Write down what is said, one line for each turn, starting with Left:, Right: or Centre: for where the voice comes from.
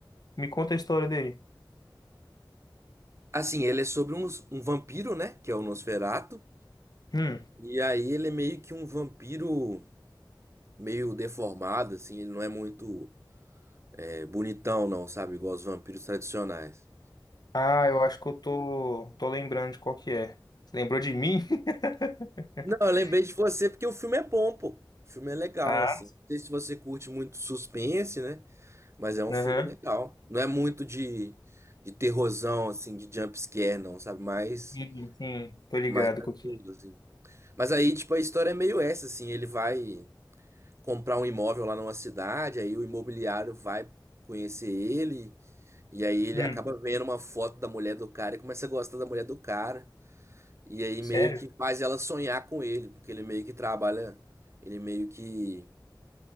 Left: Me conta a história dele.
Right: Assim, ele é sobre um, um vampiro, né, que é o Nosferatu.
Left: Hum.
Right: E aí ele é meio que um vampiro meio deformado, assim, ele não é muito é, bonitão, não, sabe? Igual os vampiros tradicionais.
Left: Ah, eu acho que eu tô, tô lembrando de qual que é. Você lembrou de mim? <laughs>
Right: Não, eu lembrei de você porque o filme é bom, pô. O filme é legal,
Left: Ah,
Right: assim. Não sei se você curte muito suspense, né? Mas é um
Left: aham.
Right: filme legal. Não é muito de, de terrorzão, assim, de jumpscare, não, sabe? Mais,
Left: Sim, sim, tô ligado
Right: mais tranquilo,
Left: com o que. é.
Right: assim. Mas aí, tipo, a história é meio essa, assim. Ele vai comprar um imóvel lá numa cidade, aí o imobiliário vai conhecer ele, e aí ele
Left: Hum,
Right: acaba vendo uma foto da mulher do cara e começa a gostar da mulher do cara. E aí
Left: sério?
Right: meio que faz ela sonhar com ele, porque ele meio que trabalha, ele meio que